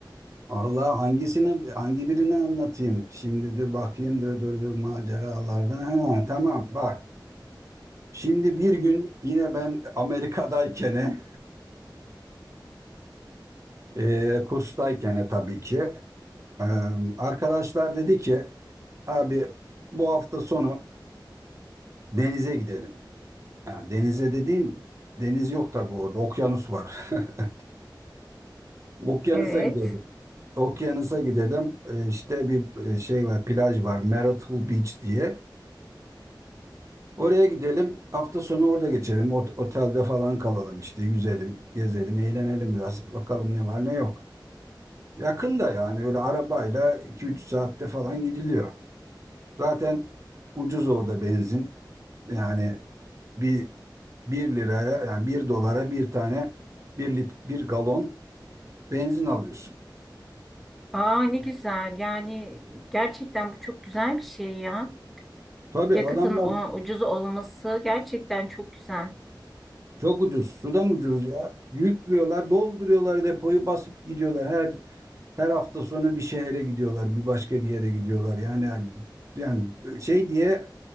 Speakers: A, on the right (about 40°); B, in the centre.
A: Allah hangisini hangi birini anlatayım? Şimdi dur bakayım dur dur dur maceralardan. Ha, tamam bak. Şimdi bir gün yine ben Amerika'dayken <laughs> e, kurstayken tabii ki e, arkadaşlar dedi ki abi bu hafta sonu denize gidelim. Yani denize dediğin deniz yok tabii orada okyanus var. <laughs> Okyanusa
B: Evet.
A: gidelim. Okyanusa gidelim. E, işte bir e, şey var plaj var Marital Beach diye. Oraya gidelim. Hafta sonu orada geçelim. Ot- Otelde falan kalalım işte. Yüzelim, gezelim, eğlenelim biraz. Bakalım ne var ne yok. Yakın da yani öyle arabayla iki üç saatte falan gidiliyor. Zaten ucuz orada benzin. Yani bir bir liraya yani bir dolara bir tane bir lit bir galon benzin alıyorsun.
B: Aa ne güzel. Yani gerçekten bu çok güzel bir şey ya.
A: Tabii
B: Yakıtın
A: adamlar
B: o, ucuz olması gerçekten çok güzel.
A: çok ucuz. Sudan ucuz ya. Yüklüyorlar, dolduruyorlar depoyu basıp gidiyorlar. Her Her hafta sonu bir şehre gidiyorlar, bir başka bir yere gidiyorlar. Yani yani, yani şey diye